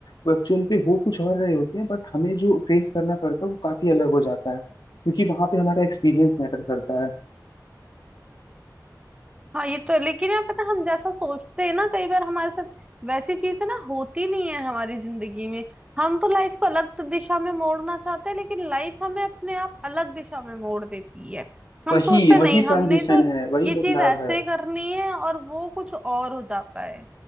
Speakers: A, on the left; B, on the right.
A: वो एक्चुअल पे हो कुछ और रहे होते हैं बट हमें जो फेस करना पड़ता है वो काफी अलग हो जाता है क्योंकि वहां पे हमारा एक्सपीरियंस मैटर करता है
B: हाँ ये तो है लेकिन यार पता है, हम जैसा सोचते हैं ना कई बार हमारे साथ वैसी चीजें ना होती नहीं है हमारी जिंदगी में हम तो लाइफ को अलग दिशा में मोड़ना चाहते हैं लेकिन लाइफ हमें अपने आप अलग दिशा में मोड़ देती है हम
A: वही
B: सोचते हैं,
A: वही
B: नहीं हमने
A: ट्रांजिशन
B: तो
A: है वही
B: ये चीज
A: बदलाव
B: ऐसे
A: है
B: करनी है और वो कुछ और हो जाता है